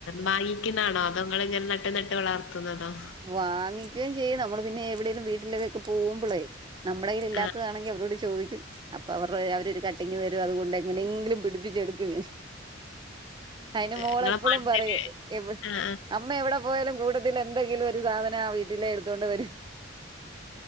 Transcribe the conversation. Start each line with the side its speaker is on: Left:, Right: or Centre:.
Left: വാങ്ങിക്കുന്നാണോ അതോങ്ങ ഇങ്ങനെ നട്ട് നട്ട് വളർത്തുന്നതോ.
Right: വാങ്ങിക്കുകയും ചെയ്യും നമ്മള് പിന്നെ എവിടെലും വീട്ടിലൊക്കെ പോകുമ്പോളേ നമ്മുടെല് ഇല്ലാത്തതാണെങ്കി
Left: ആഹ്
Right: അവരോട് ചോദി അപ്പൊ അവരുടെ അവരരു കട്ടിങ്ങ് തരും അതുകൊണ്ട് എങ്ങനെങ്കിലും പിടിപ്പിച്ചെടുക്കും ഞാൻ. അതിന് മോളെപ്പോഴും
Left: ഇങ്ങളെ മണ്ണില്
Right: പറയൂ എ
Left: ആഹ്
Right: അമ്മ എവിടെ പോയാലും കൂടുതൽ എന്തെങ്കിലും ഒരു സാധനം ആ വീട്ടിലെ എടുത്തുകൊണ്ട് വരും.